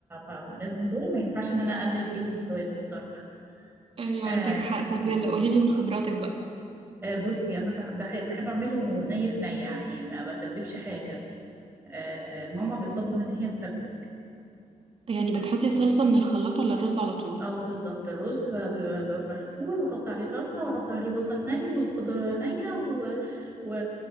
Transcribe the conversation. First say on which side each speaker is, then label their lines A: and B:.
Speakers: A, on the right; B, on the right.
A: ب... لازم دول ما ينفعش ان انا اقلل فيهم التوابل الصراحه
B: ايوه
A: آه.
B: عندك حق
A: مم.
B: طب يلا قولي لي من خبراتك بقى
A: آه بصي انا بح- بح- بحب اعمله ني في ني يعني ما بسبكش حاجه آه ماما بتفضل ان هي تسبك
B: يعني بتحطي صلصة من الخلاط على الرز على طول
A: اه بالظبط الرز ب- ب- ب- مغسول واحط عليه صلصة واحط عليه بصل ني والخضرة نية و... و...